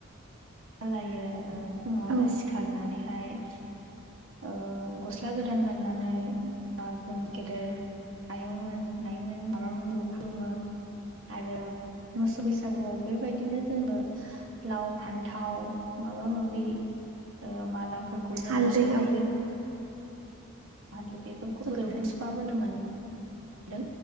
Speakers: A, on the right; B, on the right.
A: खालायो ओ फुङावनो
B: औ
A: सिखारनानैहाय ओ गस्ला गोदान गाननानै ओ जों गेदेर आयंमोन आइमोन आबामोनखौ खुलुमो आरो मोसौ बैसागुआव बेबायदिनो जोंबो लाव, फान थाव माबा माबि ओ मालाफोरखौ जोंबो
B: हालदै
A: सुफायो।
B: औ
A: <unintelligible> मोन दों